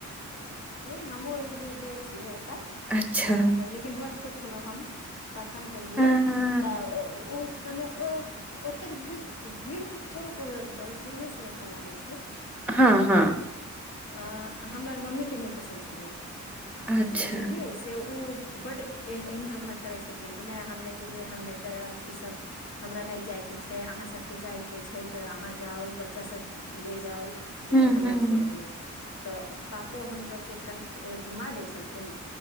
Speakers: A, on the left; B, in the centre.
A: हमहुँ एक बेेर गेल छियै
B: अच्छा
A: हँ लेकिन ब छोट छल हम। तखन गेलियै
B: हँ
A: तऽ ओ समय ओतेक भीड़ भीड़ तऽ खैर शुरुए से ओतऽ लागै छै।
B: हँ हँ।
A: आ हमर मम्मीके नहि पसन्द छलियै
B: अच्छा
A: से बुझलियै से ओ। बड्ड एम्हर ओम्हर करै छलथिन कि नहि हम नहि जेबै हम नहि करब ईसभ हमरा नहि जाइ के छै अहाँ सबके जाय के छै। तऽ अहाँ जाउ बच्चा सब ले जाउ लेकिन
B: हुँ,
A: हमरा
B: हुँ,
A: छोड़ दियौ। तऽ पापो हमलोगके कनिक घुमा दै छलथिन।